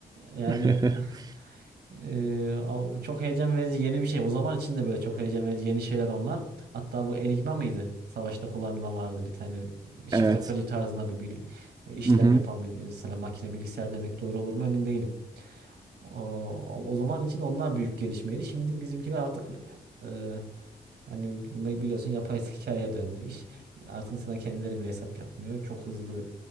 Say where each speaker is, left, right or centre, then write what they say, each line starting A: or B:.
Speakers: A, on the right; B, on the right.
A: Yani
B: <laughs>
A: <laughs> e, o çok heyecan verici yeni bir şey. O zaman için de böyle çok heyecan verici yeni şeyler onlar. Hatta bu Enigma mıydı? Savaşta kullanılan vardı bir tane şifre
B: Evet.
A: kırıcı tarzında bir, bil- e, işlem
B: Hı hı.
A: yapan bir mesela makine bilgisayar demek doğru olur mu emin değilim. O, o zaman için onlar büyük gelişmeydi. Şimdi bizimkiler artık e, hani biliyorsun yapay zekaya döndü iş. Artık insanlar kendileri bile hesap yapmıyor. Çok hızlı